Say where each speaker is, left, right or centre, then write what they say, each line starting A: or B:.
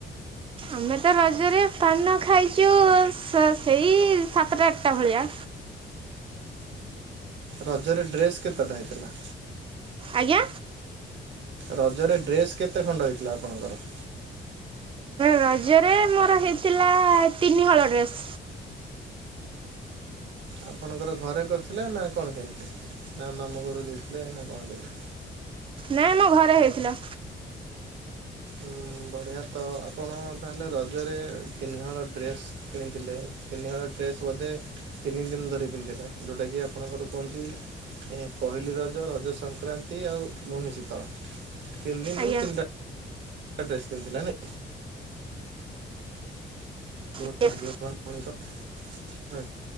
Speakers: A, on the right (about 30°); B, on the right (about 75°).
A: ଆମେ ତ ରଜରେ ପାନ ଖାଇଛୁ ସ ସେଇ ସାତଟା ଆଠଟା ଭଳିଆ।
B: ରଜରେ ଡ୍ରେସ୍ କେତେଟା ହେଇଥିଲା?
A: ଆଜ୍ଞା
B: ରଜରେ ଡ୍ରେସ କେତେ ଖଣ୍ଡ ହେଇଥିଲା ଆପଣଙ୍କର?
A: ରଜରେ ମୋର ହେଇଥିଲା ତିନିହଳ ଡ୍ରେସ୍।
B: ଆପଣଙ୍କର ଘରେ କରିଥିଲେ ନା କଣ କେମିତି ନା ମାମୁଁ ଘରୁ ଦେଇଥିଲେ ନା କଣ କେମିତି?
A: ନାଇଁ ମୋ ଘରେ ହେଇଥିଲା।
B: ଉ ବଢ଼ିଆ ତ ଆପଣ ତାହେଲେ ରଜରେ ତିନିହଳ ଡ୍ରେସ୍ କିଣିଥିଲେ? ତିନିହଳ ଡ୍ରେସ୍ ବୋଧେ ତିନି ଦିନ ଧରି ପିନ୍ଧିଲେ ଯୋଉଟାକି ଆପଣଙ୍କର କୁହନ୍ତି। ଏ ପହିଲି ରଜ, ରଜ ସଂକ୍ରାନ୍ତି, ଆଉ ଭୂମି ଶୀତଳ ତିନି ଦିନରୁ
A: ଆଜ୍ଞା
B: ତିନିଟା ତ ଡ୍ରେସ କିଣିଥିଲେ ନାଇଁ ବହୁତୁ
A: ହ୍ୟାଲୋ
B: ଭାଗ୍ୟବାନ ମଣିଷ ନା